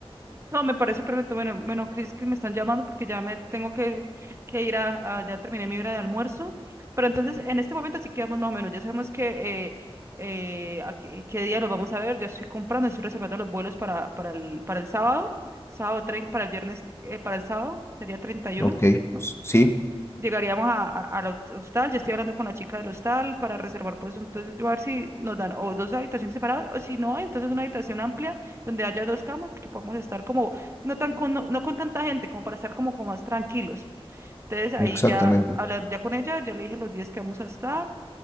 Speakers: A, on the right (about 25°); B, on the left (about 25°).
A: No, me parece perfecto. Bueno, bueno, Cris, que me están llamando porque ya me tengo que, que ir a, a- ya terminé mi hora de almuerzo. Pero entonces, en este momento sí quedamos más o menos. Ya sabemos que eh, eh, a qué, qué día nos vamos a ver. Ya estoy comprando, estoy reservando los vuelos para, para el, para el sábado, sábado trein- para el viernes, eh, para el sábado, sería 31,
B: Ok,
A: si no estoy
B: sí,
A: Llegaríamos a, a- al hot- hostal, yo estoy hablando con la chica del hostal para reservar, pues entonces yo a ver si nos dan o dos habitaciones separadas o si no, entonces una habitación amplia donde haya dos camas y que podamos estar como, no tan con, no, no con tanta gente, como para estar como, como más tranquilos. Entonces ahí
B: exactamente.
A: ya hablando ya con ella, ya le dije los días que vamos a estar,